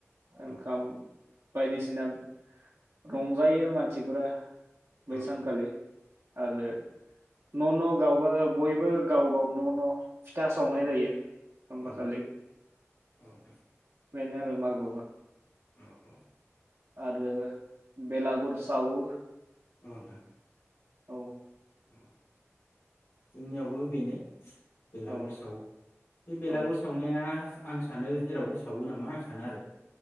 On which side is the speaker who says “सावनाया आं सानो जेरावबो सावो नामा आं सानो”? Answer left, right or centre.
Left